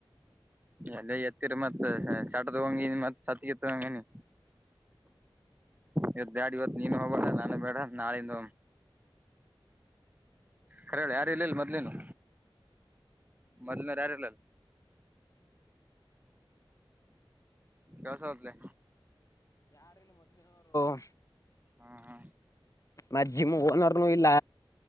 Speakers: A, on the right; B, on the left.
A: ಎಲ್ಲ ಎತ್ತೀರಿ ಮತ್ ಶಟದ ಹಂಗ ಮತ್ತ್ ಸತಿಗೆತ್ತ ಹಂಗನಿ
B: ಹ
A: ಇವತ್ ಬ್ಯಾಡ ಇವತ್ ನೀನು ಹೋಗಲ್ಲ ನಾನು ಬೇಡ ನಾಳಿಂದ ಕರಳ ಯಾರ ಇಲ್ಲಲ್ಲ ಮದ್ಲನು ಮದನಾರ ಯಾರಲ್ಲಲ್ಲ ದವಸಾವತ್ಲೆ
B: ಹ
A: ಹಾ ಹಾ
B: ಮಜ್ಜಿಮ ಓನರ್ನು ಇಲ್ಲ.